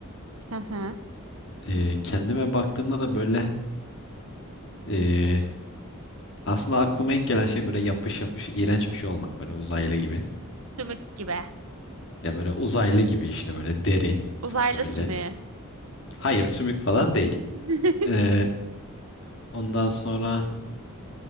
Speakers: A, on the right (about 80°); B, on the left (about 60°).
A: Hı hı.
B: Ee, kendime baktığımda da böyle ee, aslında aklıma ilk gelen şey böyle yapış yapış iğrenç bir şey olmak böyle uzaylı gibi.
A: Sümük gibi.
B: Ya böyle uzaylı gibi işte böyle deri
A: Uzaylı
B: böyle.
A: sümüğü.
B: Hayır sümük falan değil.
A: <laughs>
B: Ee, ondan sonra